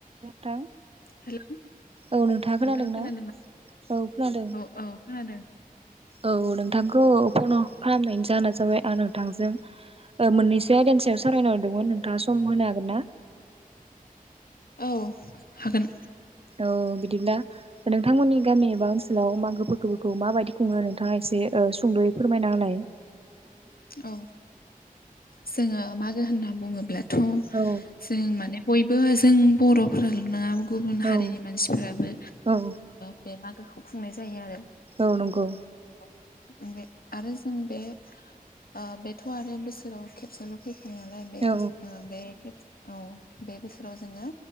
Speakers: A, on the right; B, on the left.
A: नोंथां
B: हेल'
A: औ नोंथाङा
B: नोंथां
A: खोनादों
B: खोनादोंना
A: ना औ खोनादों।
B: औ औ खोनादों।
A: औ नोंथांखौ फन खालामनायनि जाना जाबाय आं नोंथांजों ह मोननैसो आयदानि सायाव सावरायनो हरदोंमोन नोंथाङा सम होनो हागोन ना
B: औ हागोन
A: औ बिदिब्ला नोंथांमोननि गामि एबा ओनसोलाव मागो फोरगफोरखौ माबायदि खुङो नोंथाङा एसे सुंद'यै फोरमायना होलाय
B: औ जोङो मागो होनना बुङोब्लाथ'
A: औ
B: जों माने बयबो जों बर'फोराल' नङा गुबुन हारिनि
A: औ
B: मानसिफोराबो
A: औ
B: बे मागोखौ खुंनाय जायो आरो।
A: औ नागौ।
B: बे आरो जों बे ओ बेथ' आरो बोसोराव खेबसेल' फैख खायो नालाय बे
A: औ
B: बसोर बे औ बे बोसोराव जोङो